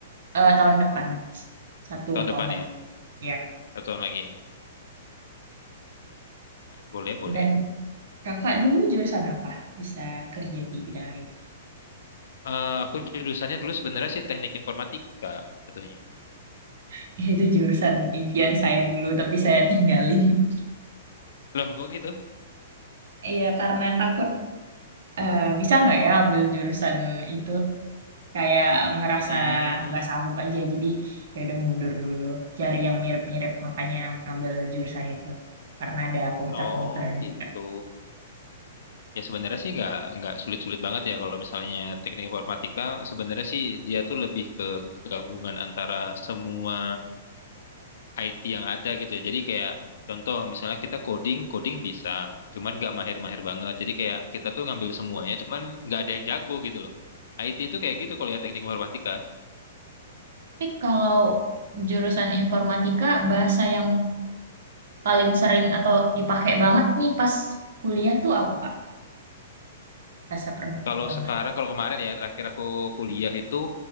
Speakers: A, on the right; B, on the left.
A: eh, tahun depan satu
B: Tahun
A: tahun
B: depan
A: lagi.
B: ya,
A: Ya.
B: atau tahun lagi ya? Boleh boleh.
A: Dan kakak dulu jurusan apa? Bisa kerja di bidang IT.
B: Eh, aku jurusannya dulu sebenarnya sih teknik informatika jatuhnya.
A: <laughs> Itu jurusan impian saya dulu, tapi saya tinggalin. <laughs>
B: Loh, kok gitu?
A: Iya, karena takut eh, bisa nggak ya ambil jurusan itu kayak ngerasa
B: Hmm,
A: nggak sanggup aja jadi ya udah mundur dulu cari yang mirip-mirip makanya ambil jurusan itu karena ada komputer-komputernya
B: Oh gitu.
A: juga
B: ya sebenarnya sih nggak nggak sulit-sulit banget ya kalau misalnya teknik informatika. Sebenarnya sih dia tuh lebih ke gabungan antara semua IT yang ada gitu ya. Jadi kayak contoh misalnya kita coding, coding bisa, cuman nggak mahir-mahir banget. Jadi kayak kita tuh ngambil semuanya, cuman nggak ada yang jago gitu loh. IT itu kayak gitu kalau yang teknik informatika.
A: Tapi kalau jurusan informatika, bahasa yang paling sering atau dipakai banget nih pas kuliah tuh apa, Kak? Bahasa pemrograman.
B: Kalau sekarang, kalau kemarin ya, terakhir aku kuliah itu